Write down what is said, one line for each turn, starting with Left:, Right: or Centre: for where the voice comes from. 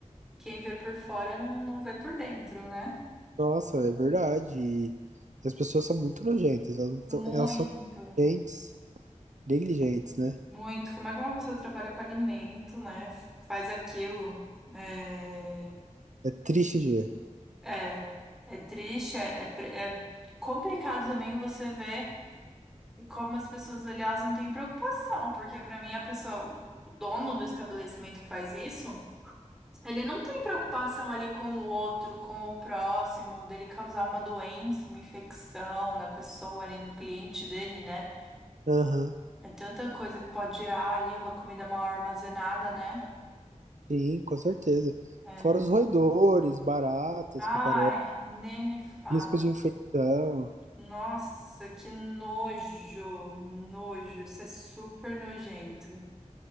Centre: Quem vê por fora não, não vê por dentro, né?
Right: Nossa, é verdade. E as pessoas são muito nojentas. Elas, não tão-
Centre: Muito,
Right: elas são negligentes, negligentes, né?
Centre: muito. Como é que uma pessoa trabalha com alimento, né? F- Faz aquilo. É,
Right: É triste de ver.
Centre: é, é triste, é, é, pre- é complicado também você ver como as pessoas ali, elas não têm preocupação, porque pra mim a pessoa, o dono do estabelecimento que faz isso. Ele não tem preocupação ali com o outro, com o próximo, dele causar uma doença, uma infecção na pessoa ali, no cliente dele, né?
Right: Aham,
Centre: É tanta coisa que pode gerar ali uma comida mal armazenada, né?
Right: sim, com certeza.
Centre: É.
Right: Fora os roedores, baratas
Centre: Ah,
Right: que aparecem,
Centre: é? Nem me fala.
Right: risco de infecção.
Centre: Nossa, que nojo, nojo. Isso é super nojento.